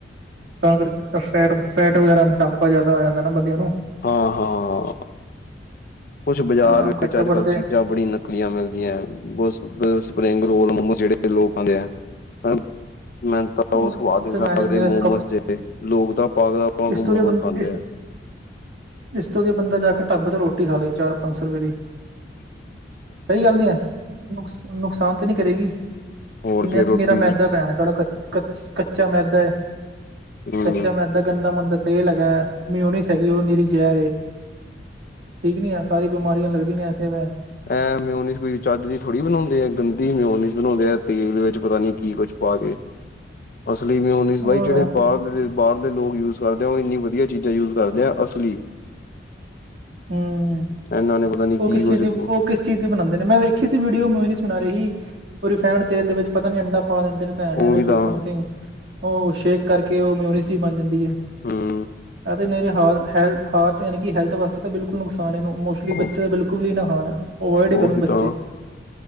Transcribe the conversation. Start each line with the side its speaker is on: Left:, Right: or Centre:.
Right: ਤਾਂ ਕਰਕੇ ਫੈਟ-ਫੈਟ ਵਗੈਰਾ ਮੋਟਾਪਾ ਜ਼ਿਆਦਾ ਆ ਜਾਂਦਾ ਨਾ ਬੰਦਿਆਂ ਨੂੰ।
Left: ਹਾਂ- ਹਾਂ -ਹਾਂ।
Right: <inaudible>
Left: ਕੁਛ ਬਾਜ਼ਾਰ
Right: ਹਾਂ ਘੱਟੋ
Left: ਇਚ ਅੱਜ
Right: ਘੱਟ
Left: ਕਲ
Right: ਤੇ
Left: ਚੀਜ਼ਾਂ ਬੜੀ ਨਕਲੀਆਂ ਮਿਲਦੀਆਂ <unintelligible> ਸਪਰਿੰਗ ਰੋਲ ਮੋਮੋ ਖਾਂਦੇ ਆ ਮੈਂ ਮੈਨੂੰ ਤਾਂ ਬੌਤ
Right: ਉਹ
Left: ਸਵਾਦ ਈ ਨੀ
Right: ਤੇ ਮੈਂ
Left: ਲਗਦੇ
Right: ਨ
Left: ਮੋਮੋਸ ਜਿ ਲੋਕ ਤਾਂ ਪਾਗਲਾਂ ਵਾਂਗੂ
Right: ਇਸਟੂਰੀ
Left: ਮੋਮੋਸ
Right: ਬ <unintelligible>
Left: ਖਾਂਦੇ ਆ
Right: ਇਸਤੋਂ ਵਦੀਆ ਬੰਦਾ ਜਾ ਕੇ ਢਾਬੇ ਤੇ ਰੋਟੀ ਖਾ ਲੇ ਚਾਰ ਪੰਜ ਸੌ ਰੁਪਏ ਦੀ। ਸਹੀ ਗੱਲ ਨੀ ਐ ਨੁਕਸ ਨੁਕਸਾਨ ਤੇ ਨੀ ਕਰੇਗੀ।
Left: ਹੋਰ
Right: ਤੇ
Left: ਕੀ ਰੋਟੀ
Right: ਨੀਰਾ
Left: ਦੀ
Right: ਮੈਦਾ ਪੈਣਾ ਤਾੜਾ ਕੱਚ ਕੱਚਾ ਮੈਦਾ ਏ
Left: ਹਮ
Right: ਕੱਚਾ ਮੈਦਾ ਗੰਦਾ ਮੰੰਦਾ ਤੇਲ ਹੈਗਾ ਏ ਮਿਓਨੀਸ ਹੇਗੀ ਓ ਨੀਰੀ ਜੈਰ ਏ। ਠੀਕ ਨੀ ਐ ਸਾਰੀ ਬਿਮਾਰੀਆਂ ਲੱਗਦੀ ਨੀ ਐਸੇ ਵ।
Left: ਐ ਮਿਓਨਿਸ ਕੋਈ ਚੱਜ ਦੀ ਥੋੜ੍ਹੀ ਬਣਾਉਂਦੇ ਆ ਗੰਦੀ ਮਿਓਨਿਸ ਬਣਾਉਂਦੇ ਆ ਤੇਲ ਦੇ ਵਿੱਚ ਪਤਾ ਨੀ ਕੀ ਕੁਝ ਪਾ ਕੇ ਅਸਲੀ ਮੀਓਨਿਸ ਬਾਈ
Right: ਹੋਰ
Left: ਜਿਹੜੇ
Right: ਵਿਆਹ
Left: ਬਾਹਰ
Right: ਚ
Left: ਦੇ ਬਾਹਰ ਦੇ ਲੋਕ ਯੂਜ ਕਰਦੇ ਆ ਓ ਇੰਨੀ ਵਧੀਆ ਚੀਜ਼ਾਂ ਯੂਜ ਕਰਦੇ ਆ ਅਸਲੀ।
Right: ਹੂੰ,
Left: ਇਹਨਾਂ ਨੇ ਪਤਾ ਨੀ ਕੀ
Right: ਓ ਕਿਸੇ
Left: ਕੁਝ
Right: ਦੀ
Left: ਉਹ
Right: ਓ ਕਿਸ ਚੀਜ਼ ਦੀ ਬਣਾਉਂਦੇ ਨੇ ਮੈਂ ਵੇਖੀ ਸੀ ਵੀਡੀਓ ਮਯੋਨਿਸ ਬਣਾ ਰੇ ਹੀ ਓ ਰਿਫਾਇਡ ਤੇਲ ਦੇ ਵਿੱਚ ਪਤਾ ਨੀ ਅੰਡਾ ਪਾ ਦਿੰਦੇ ਨੇ ਭੈਣ ਐਵੇਂ
Left: ਵੀ
Right: ਕੋਈ
Left: ਤਾਂ
Right: ਸਮਥਿੰਗ ਓ ਸ਼ੇਕ ਕਰਕੇ ਓ ਮਿਯੋਨਿਸ ਈ ਬਣ ਜਾਂਦੀ ਐ।
Left: ਹੂੰ।
Right: ਐ ਤੇ ਨੀਰੀ ਹਾਲ ਹੈਲ ਹਾਰਟ ਯਾਨੀ ਕਿ ਹੈਲਥ ਵਾਸਤੇ ਤਾਂ ਬਿਲਕੁਲ ਨੁਕਸਾਨ ਏ ਮੋ
Left: ਉਹ
Right: ਬੱਚੇ ਤਾਂ ਬਿਲਕੁਲ ਵੀ ਨਾ ਖਾ ਅਵਇਡ ਈ ਕਰੋ
Left: ਉਹ ਵੀ
Right: ਬੱਚੇ।
Left: ਤਾਂ